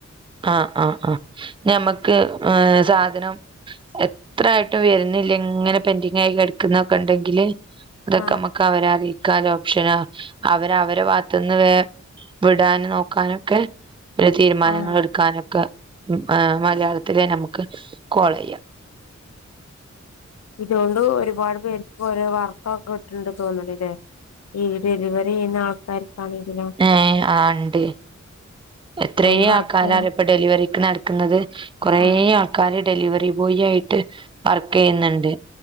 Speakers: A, on the right (about 20°); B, on the left (about 60°).
A: ആഹ് ആഹ് ആഹ് ഞമ്മക്ക് ഏഹ് സാധനം എത്രായിട്ടും വരുന്നില്ല ഇങ്ങനെ പെന്റിങ്ങായി കട ക്കുന്നൊക്കെ ഉണ്ടെങ്കില് അതൊക്കെ
B: ആഹ്
A: നമ്മുക്ക് അവരെറിയി കാല്ല ഓപ്ഷനും അവര് അവരെ ഭാഗത്തുന്ന് വേ വിടാനും നോക്കാനൊക്കെ ഒരു തീരുമാനങ്ങൾ
B: ആഹ്
A: എടുക്കാനൊക്കെ മലയാളത്തിലെന്നെ നമുക്ക് കോൾ ചെയ്യാം
B: ഇതുകൊണ്ട് ഒരുപാട് പേർക്ക് ഓരോ വർക്കൊക്കെ കിട്ടിണ്ട് തോന്നണ്ല്ലേ ഈ ഡലിവറി ചെയ്യുന്ന ആൾക്കാ <unintelligible>
A: ഏഹ് ആഹ് ഉണ്ട് എത്രേ
B: അതില് വർക്ക്
A: ആൾക്കാരാറി
B: ചെയ്യാൻ
A: ഇപ്പൊ ഡെലിവറിക്ക് നടക്കുന്നത് കുറെ
B: ആഹ്
A: ആൾക്ക ആൾക്കാര് ഡെലിവറി ബോയി ആയിട്ട് വർക്ക് ചെയ്യുന്നുണ്ട്